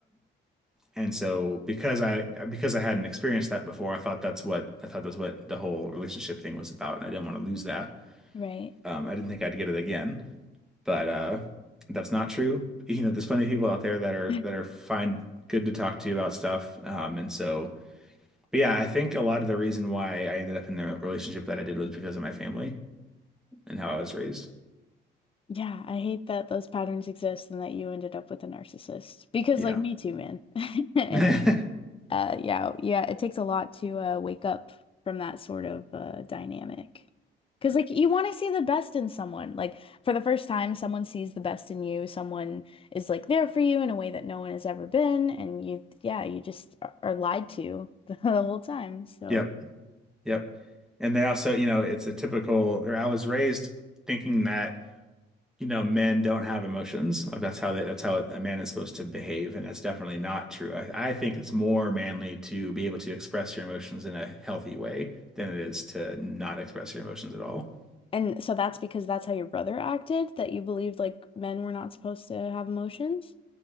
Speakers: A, in the centre; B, on the left (about 25°).
A: And so because I because I hadn't experienced that before, I thought that's what I thought that's what the whole relationship thing was about, and I didn't want to lose that.
B: Right.
A: Um, I didn't think I'd get it again, but uh, that's not true. You know, there's plenty of people out there that are
B: <laughs>
A: that are fine, good to talk to you about stuff. Um, and so, but yeah, I think a lot of the reason why I ended up in the relationship that I did was because of my family and how I was raised.
B: Yeah, I hate that those patterns exist and that you ended up with a narcissist. Because
A: Yeah,
B: like me too, man. <laughs> And
A: <laughs> yeah,
B: uh yeah, yeah, it takes a lot to uh wake up from that sort of uh dynamic. 'Cause like you want to see the best in someone. Like for the first time, someone sees the best in you. Someone is like there for you in a way that no one has ever been and you yeah, you just are are lied to <laughs> the whole time. So
A: yep. Yep. And they also, you know, it's a typical, or I was raised thinking that, you know, men don't have emotions. Like that's how they, that's how a man is supposed to behave. And that's definitely not true. I, I think it's more manly to be able to express your emotions in a healthy way than it is to not express your emotions at all.
B: And so that's because that's how your brother acted, that you believed like men were not supposed to have emotions?